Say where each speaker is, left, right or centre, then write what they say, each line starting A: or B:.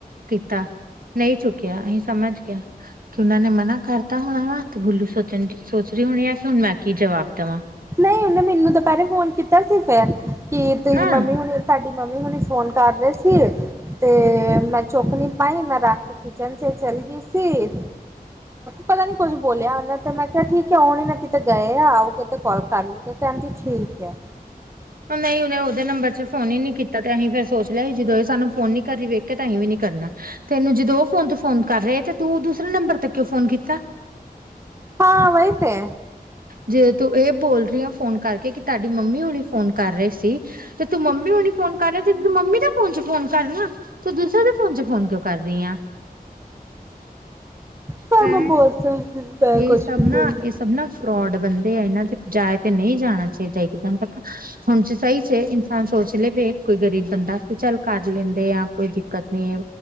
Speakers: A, on the right (about 65°); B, on the right (about 15°).
A: ਕੀਤਾ, ਨਹੀਂ ਚੁੱਕਿਆ ਅਹੀ ਸਮਝ ਗਿਆ। ਕਿ ਉਹਨਾਂ ਨੇ ਮਨਾ ਕਰਤਾ ਹੋਣਾ ਵਾ, ਤੇ ਗੁੱਲੂ ਸੋਚਣ ਸੋਚ ਰਹੀ ਹੋਣੀ ਆ। ਕਿ ਹੁਣ ਮੈਂ ਕੀ ਜਵਾਬ ਦਵਾਂ।
B: ਨਈ ਉਹਨੇ ਮੈਨੂੰ ਤਾਂ ਦੁਪਹਿਰੇ ਫੋਨ ਕੀਤਾ ਸੀ ਫੇਰ ਕਿ ਤੁਸੀਂ
A: ਹਾਂ
B: ਮੰਮੀ ਹੁਣੀ ਤੁਹਾਡੀ ਮੰਮੀ ਹੁਣੀ ਫੋਨ ਕਰ ਰਹੇ ਸੀ ਏ, ਤੇ ਮੈਂ ਚੁੱਕ ਨੀ ਪਾਈ ਮੈਂ ਰੱਖ ਕ- ਕਿਚਨ ਚ ਚੱਲ ਗਈ ਸੀ। ਪਤਾ ਨੀ ਕੁੱਝ ਬੋਲਿਆ ਉਹਨੇ ਤੇ ਮੈਂ ਕਿਹਾ ਠੀਕ ਹੈ ਹੁਣ ਹੀ ਨਾ ਕਿਤੇ ਗਏ ਆ ਆਊ ਕੇ ਤੇ ਗਲ ਕਰ ਲ- ਤੇ ਕਹਿੰਦੀ ਠੀਕ ਹੈ।
A: ਨਹੀਂ ਉਹਨੇ ਉਹਦੇ ਨੰਬਰ ਚ ਫੋਨ ਹੀ ਨ ਨਹੀਂ ਕੀਤਾ ਤੇ ਅਸੀਂ ਫੇਿਰ ਸੋਚ ਲਿਆ ਸੀ ਜਦੋਂ ਇਹ ਸਾਨੂੰ ਫੋਨ ਨੀ ਕਰਹੀ ਵੇਖਿਆ ਤਾਂ ਅਸੀਂ ਵੀ ਨੀ ਕਰਨਾ। ਤੈਨੂੰ ਜਦੋਂ ਉਹ ਫੋਨ ਤੇ ਫੋਨ ਕਰ ਰਹੇ ਤੇ ਤੂੰ ਦੂਸਰੇ ਨੰਬਰ ਤੇ ਕਿਉ ਫੋਨ ਕੀਤਾ?
B: ਹਾਂ, ਵਈ ਤੇ।
A: ਜੇ ਤੂੰ ਇਹ ਬੋਲ ਰਹੀ ਆਂ ਫੋਨ ਕਰਕੇ, ਕਿ ਤੁਹਾਡੀ ਮੰਮੀ ਹੁਣੀ ਫੋਨ ਕਰ ਰਹੇ ਸੀ। ਤੇ ਤੂੰ ਮੰਮੀ ਵਾਲੀ ਫੋਨ ਕਰ ਰੇਹਾ ਸੀ ਤੇ ਤੂੰ ਮੰਮੀ ਦਾ ਫੋਨ ਚ ਫੋਨ ਕਰਨਾ। ਤੂੰ ਦੂਸਰੇ ਦੇ ਫੋਨ ਚ ਫੋਨ ਕਿਉਂ ਕਰ ਰਹੀ ਆ।
B: ਪਰ
A: ਭੈਣ
B: ਮੈਂ ਬੋਲਤਾ, ਮੈਂ
A: ਇਹ
B: ਕੁੱਛ
A: ਸਭ
B: ਵੀ
A: ਨਾ
B: ਬੋਲੀ।
A: ਇਹ ਸਭ ਨਾ ਫਰੋਡ ਬੰਦੇ ਆ ਇਹਨਾਂ ਦੇ ਬਜਾਏ ਤੇ ਨਹੀਂ ਜਾਣਾ ਚਾਹੀਦਾ ਇਕਦਮ- ਹੁਣ 'ਚ ਸਹੀ 'ਚ ਇਨਸਾਨ ਸੋਚ ਲੇ ਬਈ ਕੋਈ ਗਰੀਬ ਬੰਦਾ ਵੀ ਚੱਲ ਕਰ ਲੈਂਦੇ ਆ ਕੋਈ ਦਿੱਕਤ ਨੀ ਏ